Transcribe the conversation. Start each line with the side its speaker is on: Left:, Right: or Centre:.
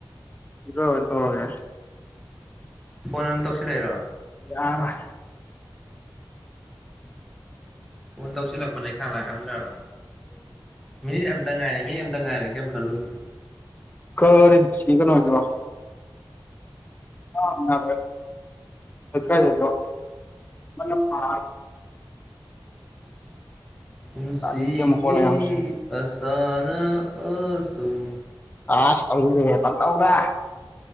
Left: ꯁꯤꯂꫭꯏꯔ ꯑꫭꯟꯇꯧꯔꯒ‌ꯦ ꯌꯥꯏ꯫
Centre: ꯐꯣꯟ ꯑꯗꯨꯝ ꯇꯧꯁꯤꯟ ꯂꯩꯔꯣ꯫
Left: ꯌꯥꯔꫭꯏ꯫
Centre: ꯀꫭꯟ ꯇꯧꯁꯤ꯫ ꯖꯥꯜꯂꯛꯄꯅ ꯈꯥꯡꯂꯥꯛ ꯉꯝꯗ꯭ꯔꯥꯕ ꯃꯤꯅꯤꯠ ꯑꯃꯇ ꯉꯥꯏꯔꯦ ꯃꯤꯅꯤꯠ ꯑꯃ ꯉꯥꯏꯔꯦ ꯀꯩꯝꯈꯜ꯫ ꯈꯜꯂꯨꯟ꯫
Left: ꯀꯔꯤꯟ ꯁꯤꯀꯩꯅꫭꯁꯤꯕꫭ꯫ <unintelligible>
Centre: ꯄꯨꯟꯁꯤꯒꯤ
Left: ꯇꯥꯅꯤꯡꯗꯦ ꯃꯈꯣꯜ ꯃꯌꯥꯝ
Centre: ꯑꯁꯥꯅ ꯑꯁꯨꯝ꯫
Left: ꯑꯁ ꯇꯧꯖꯤꯟ ꯂꯛꯑꯦ ꯄꯪꯇꯧꯗ꯫